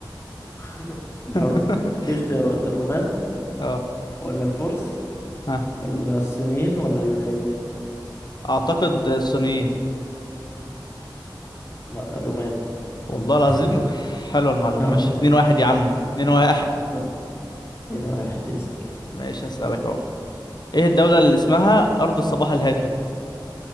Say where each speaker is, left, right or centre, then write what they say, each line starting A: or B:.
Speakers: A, on the left; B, on the left.
A: <laughs> في
B: <laughs>
A: الحروب دي اختيارات الرومان
B: اه
A: ولا الفرس
B: ها
A: ولا الصينيين ولا اليونانيين
B: اعتقد الصينيين
A: لا الرومان
B: والله العظيم
A: <laughs>
B: حلوة المعلومة
A: اه
B: ماشي اتنين واحد يا عم اتنين واحد
A: اتنين اتنين واحد اسأل
B: ماشي هسألك اهو ايه الدولة اللي اسمها أرض الصباح الهادي